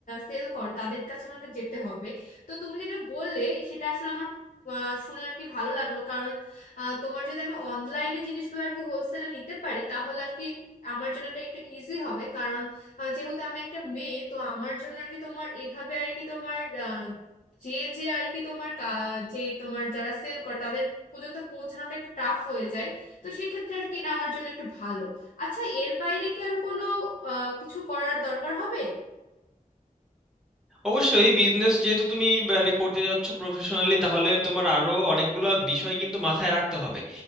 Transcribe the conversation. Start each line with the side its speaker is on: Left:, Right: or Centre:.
Left: সেল করে তাদের কাছে আমাকে যেতে হবে তো তুমি যেটা বললে সেটা আসলে আমার আহ, শুনে আর কি ভালো লাগলো কারণ আহ, তোমার যদি আমি অনলাইনে জিনিসগুলো আর কি হোলসেলে নিতে পারি তাহলে আর কি আমার জন্য এটা একটু ইজি হবে কারণ আহ, যেহেতু আমি একটা মেয়ে তো আমার জন্য আর কি তোমার এভাবে আর কি তোমার আহ, যে যে আর কি তোমার কা- যেই তোমার যারা সেল করে তাদের পর্যন্ত পৌঁছানোটা একটু টাফ হয়ে যায় তো সেক্ষেত্রে আর কি এটা আমার জন্য একটু ভালো আচ্ছা এর বাইরে কি আর কোনো আহ, কিছু করার দরকার হবে
Centre: অবশ্যই বিজনেস যেহেতু তুমি মানে করতে যাচ্ছ প্রফেশনালি তাহলে তোমার আরো অনেকগুলো বিষয় কিন্তু মাথায় রাখতে হবে